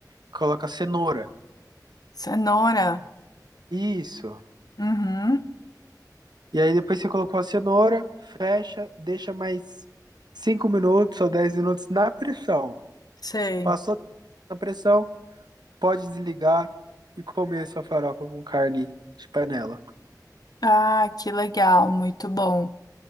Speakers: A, on the right; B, on the left.
A: coloca a cenoura.
B: Cenoura.
A: Isso.
B: Uhum.
A: E aí depois você colocou a cenoura, fecha, deixa mais 5 minutos ou 10 minutos na pressão.
B: Sei.
A: Passou na pressão, pode desligar e comer sua farofa com carne de panela.
B: Ah, que legal, muito bom.